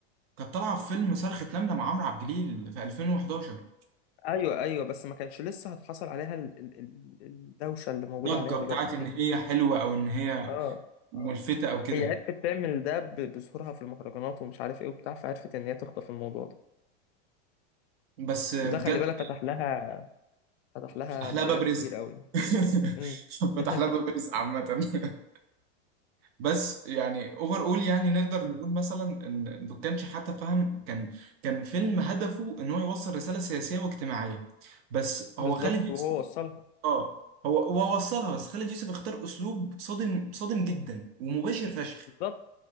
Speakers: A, on the right; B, on the left.
A: كانت طالعه في فيلم صرخة نملة مع عمرو عبد الجليل في 2011
B: ايوه ايوه بس ما كانش لسه هتحصل عليها ال... ال... ال- الدوشه اللي موجوده
A: ضجة
B: عليها
A: بتاعت
B: دلوقتي
A: ان
B: فاهمني
A: هي حلوة او ان هي
B: اه
A: ملفتة
B: آه.
A: او كده
B: هي عرفت تعمل ده ب... بظهورها في المهرجانات ومش عارف ايه وبتاع فعرفت ان هي تخطف الموضوع ده
A: بس
B: وده
A: بجد
B: خلي بالك فتح لها فتح لها
A: فتح
B: مجالات
A: لها باب رزق
B: كتير قوي
A: <laughs>
B: امم <laughs>
A: فتح لها باب رزق عامة <laughs> بس يعني اوفر اول يعني نقدر نقول مثلا ان دول كانش حتى فاهم كان كان فيلم هدفه ان هو يوصل رسالة سياسية واجتماعية بس هو
B: بالظبط
A: خالد يوسف
B: وهو وصلها
A: اه هو هو وصلها بس خالد يوسف اختار اسلوب صادم صادم جدا ومباشر فشخ
B: بالظبط